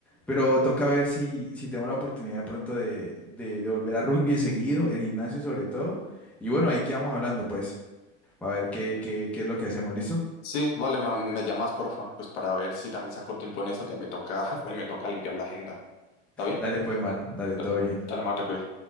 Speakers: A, in the centre; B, on the left.
A: Pero toca ver si, si tengo la oportunidad de pronto de, de, de volver a rugby seguido, el gimnasio sobre todo y bueno, ahí quedamos hablando, pues, para ver qué, qué, qué es lo que hacemos, ¿listo?
B: sí, vale, ma- me, llamas, porfa, pues para ver si también saco tiempo en eso, que me toca, <laughs> pues me toca limpiar la agenda. ¿Está bien?
A: Dale, pues, mano, dale,
B: Da-
A: todo bien.
B: Dale, mano, te cuidas.